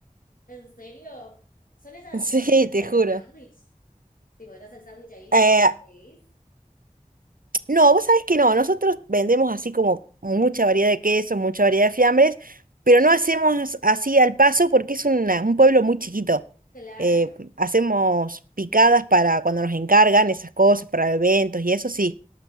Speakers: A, on the left (about 75°); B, on the right (about 80°).
A: ¿En serio? ¿Son esas
B: Sí,
A: fiambrerías
B: te
A: que hacen
B: juro.
A: sándwich? Tipo, que te hacen el sándwich ahí
B: Eh,
A: con los que pedís?
B: No, vos sabés que no, nosotros vendemos así como mucha variedad de quesos, mucha variedad de fiambres, pero no hacemos así al paso porque es una- un pueblo muy chiquito.
A: Claro,
B: Eh, hacemos picadas para cuando nos encargan esas cosas, para eventos y eso sí,